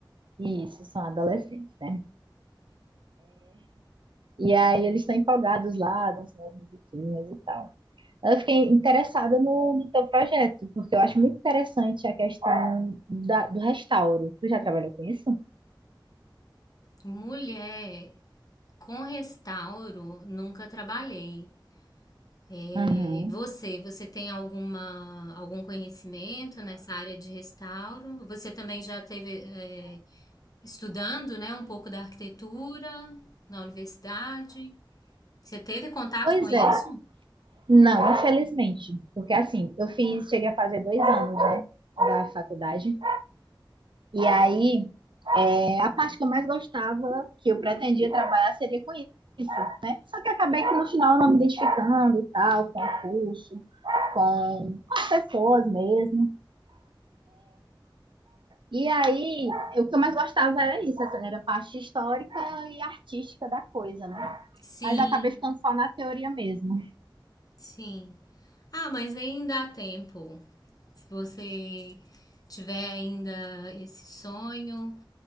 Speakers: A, on the right; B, on the left.
A: isso, são adolescentes, né? E aí eles estão empolgados lá, dançando as musiquinhas e tal. Eu fiquei interessada no, no teu projeto, porque eu acho muito interessante a questão da- do restauro. Tu já trabalhou com isso?
B: Mulher, com restauro, nunca trabalhei. É,
A: Uhum.
B: você, você tem alguma, algum conhecimento nessa área de restauro? Você também já teve, é, estudando, né, um pouco da arquitetura na universidade? Você teve contato
A: Pois
B: com isso?
A: é. Não, infelizmente. Porque assim, eu fiz, cheguei a fazer dois anos, né, da faculdade. E aí, é, a parte que eu mais gostava, que eu pretendia trabalhar, seria com isso, né? Só que acabei que no final eu não me identificando e tal, com o curso, com, as pessoas mesmo. E aí, o que eu mais gostava era isso, essa era a parte histórica e artística da coisa, né?
B: Sim.
A: Mas acabei ficando só na teoria mesmo.
B: Sim. Ah, mas ainda dá tempo. Se você tiver ainda esse sonho,